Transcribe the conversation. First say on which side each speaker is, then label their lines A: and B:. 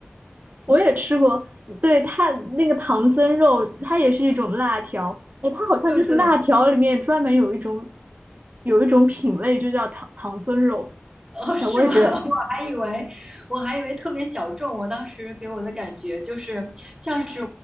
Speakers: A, on the right (about 45°); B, on the right (about 20°).
A: 我也吃过，对，它那个唐僧肉，它也是一种辣条。哎，它好像就是辣条里面专门有一种
B: <laughs> 对对，
A: 有一种品类，就叫唐唐僧肉。
B: 哦，
A: 哎，
B: 是吗？
A: 我也觉得，
B: <laughs> 我还以为我还以为特别小众。我当时给我的感觉就是像是